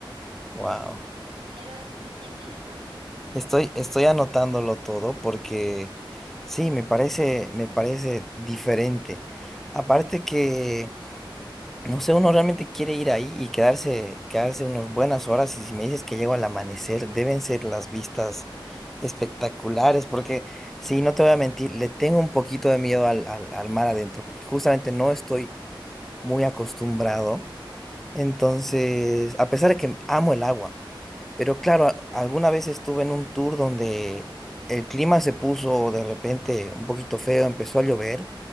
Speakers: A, in the centre; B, on the right.
A: Wow.
B: pero está interesante.
A: Estoy, estoy anotándolo todo porque sí, me parece, me parece diferente. Aparte que No sé, uno realmente quiere ir ahí y quedarse, quedarse unas buenas horas. Y si me dices que llego al amanecer, deben ser las vistas espectaculares, porque sí, no te voy a mentir, le tengo un poquito de miedo al, al, al mar adentro, porque justamente no estoy muy acostumbrado. Entonces, a pesar de que amo el agua. Pero claro, a- alguna vez estuve en un tour donde el clima se puso de repente un poquito feo, empezó a llover